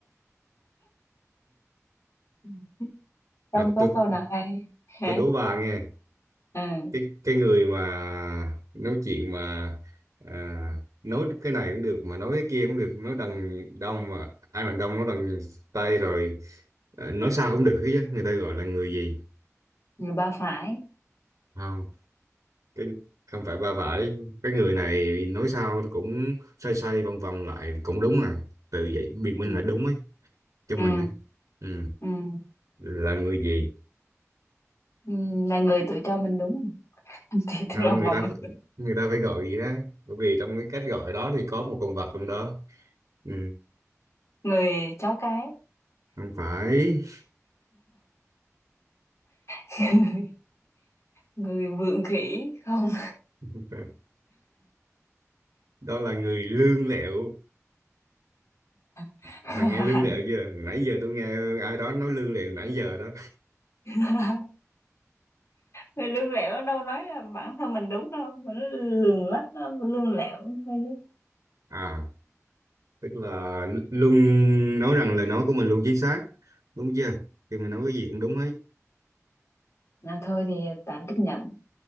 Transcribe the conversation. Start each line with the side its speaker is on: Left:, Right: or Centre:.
Left: Ừ. Không
Right: à, tôi
Left: có câu nào hay hả?
Right: tôi đố bà nghe
Left: ừ
Right: cái cái người mà nói chuyện mà à, nói cái này cũng được mà nói cái kia cũng được nói đằng đông mà ai đằng đông nói đằng tây rồi à, nói sao cũng được hết á người ta gọi là người gì
Left: người ba phải
Right: không cái không phải ba phải cái người này nói sao nó cũng xoay xoay vòng vòng lại cũng đúng à từ vậy biện minh
Left: Ừ.
Right: là đúng ấy cho
Left: ừ
Right: mình đấy ừ.
Left: ừ
Right: là người gì
Left: Ừ, là người tự cho mình đúng <laughs> thì tôi
Right: không
Left: là một
Right: người ta
Left: mình
Right: phải, người ta phải gọi gì đó bởi vì trong cái cách gọi đó thì có một con vật trong đó ừ.
Left: người chó cái
Right: không phải
Left: <laughs> người vượng khỉ không
Right: không phải. đó là người lương lẹo
Left: <laughs>
Right: mà nghe lương lẹo chưa nãy giờ tôi nghe ai đó nói lương lẹo nãy giờ đó
Left: <laughs> Thì lương lẹo nó đâu nói là bản thân mình đúng đâu mà nó lường lách nó lương lẹo thôi chứ
Right: à tức là luôn nói rằng lời nói của mình luôn chính xác đúng chưa thì mình nói cái gì cũng đúng hết
Left: là thôi thì tạm chấp nhận